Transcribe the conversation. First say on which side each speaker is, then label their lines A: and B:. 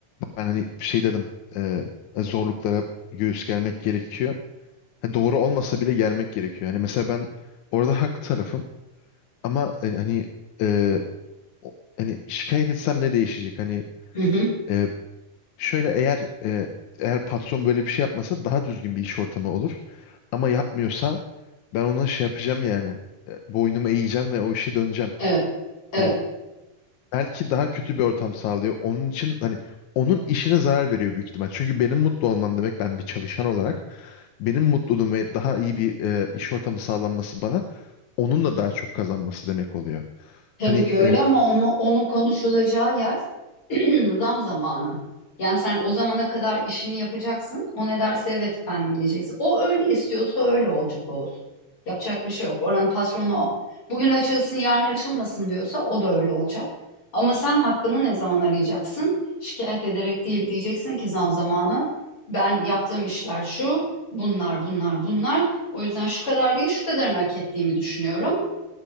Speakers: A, on the left; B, on the left.
A: ben hani şey dedim. eee, zorluklara göğüs germek gerekiyor. Ha, doğru olmasa bile yermek gerekiyor. Hani mesela ben orada haklı tarafım ama e, hani e, o- hani şikayet etsem ne değişecek? Hani
B: Hı hı.
A: e, şöyle eğer e, eğer patron böyle bir şey yapmasa daha düzgün bir iş ortamı olur. Ama yapmıyorsa ben ona şey yapacağım yani. E, boynumu eğeceğim ve o işe döneceğim.
B: Evet. Evet.
A: Hani belki daha kötü bir ortam sağlıyor. Onun için hani onun işine zarar veriyor büyük ihtimal. Çünkü benim mutlu olmam demek ben bir çalışan olarak benim mutluluğum ve daha iyi bir e, iş ortamı sağlanması bana onun da daha çok kazanması demek oluyor.
B: Tabii
A: Hani
B: ki öyle
A: e,
B: ama onu, onun konuşulacağı yer <clears throat> zam zamanı. Yani sen o zamana kadar işini yapacaksın. O ne derse evet efendim diyeceksin. O öyle istiyorsa öyle olacak olsun. Yapacak bir şey yok. Oranın patronu o. Bugün açılsın yarın açılmasın diyorsa o da öyle olacak. Ama sen hakkını ne zaman arayacaksın? Şikayet ederek değil diyeceksin ki zam zamanı. Ben yaptığım işler şu, bunlar bunlar bunlar. O yüzden şu kadar değil şu kadarını hak ettiğimi düşünüyorum.